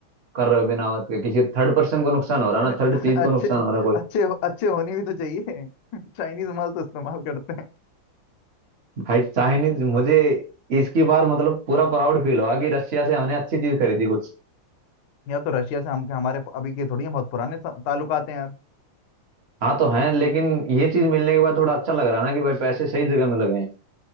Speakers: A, on the right; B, on the left.
A: कर रहे हो बिना बात के किसी थर्ड पर्सन को नुकसान हो रहा
B: अरे
A: है ना थर्ड
B: <laughs>
A: चीज को
B: अच्छे
A: नुकसान हो रहा है कोई
B: अच्छे अच्छे होने भी तो चाहिए <laughs> चाइनीज माल तो इस्तेमाल करते हैं
A: भाई चाइनीज मुझे इसकी बार मतलब पूरा प्राउड फील हुआ कि रशिया से हमने अच्छी चीज खरीदी कुछ
B: या तो रशिया से हम हमारे अभी के थोड़ी हैं बहुत पुराने ता- ताल्लुकात हैं यार
A: हाँ तो है लेकिन ये चीज मिलने के बाद थोड़ा अच्छा लग रहा ना कि भाई पैसे सही जगह में लगे हैं